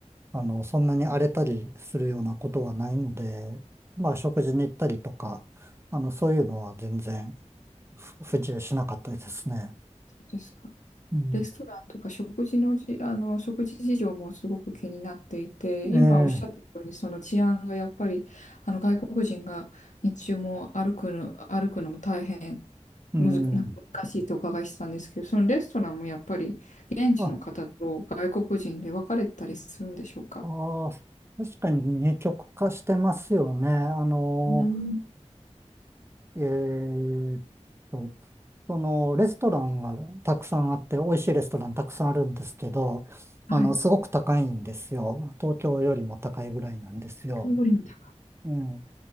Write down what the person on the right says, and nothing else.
あの、そんなに荒れたりするようなことはないので、まあ食事に行ったりとか、あの、そういうのは全然ふ不自由しなかったですね。
うん。
ええ、
うん。
あ、ああ、確かに二極化してますよね。あの、
えーっと、そのレストランはたくさんあって、美味しいレストランたくさんあるんですけど、
あの、すごく高いんですよ。東京よりも高いぐらいなんですよ。
うん。